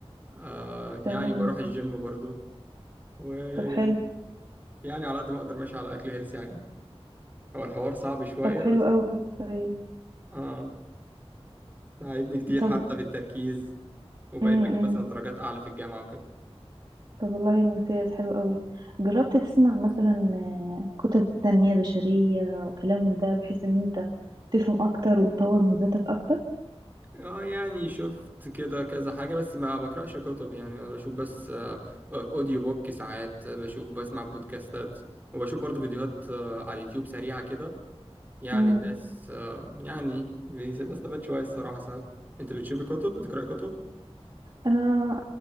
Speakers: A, on the right; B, on the right.
A: آه يعني
B: تمام
A: بروح الجيم برضه ويعني
B: طب حلو
A: على قد ما أقدر ماشي على أكل هيلثي يعني هو الحوار صعب شوية
B: طب حلو
A: بس
B: قوي طيب
A: آه ساعدني كتير
B: طب
A: حتى في التركيز وبقيت
B: امم
A: بجيب مثلا درجات أعلى في الجامعة وكده
B: طب والله ممتاز حلو قوي جربت تسمع مثلا آه، كتب تنمية بشرية وكلام من ده بحيث ان انت تفهم اكتر وتطور من ذاتك اكتر
A: اه يعني شفت كده كذا حاجة بس ما بقرأش كتب يعني انا بشوف بس آه، آه، اوديو بوك ساعات آه، بشوف بسمع بودكاستات وبشوف برضه فيديوهات آه، على اليوتيوب سريعة كده يعني
B: امم
A: الناس آه، يعني بيس- بستفاد شوية الصراحة ساعات انت بتشوفي كتب بتقرأي كتب
B: انا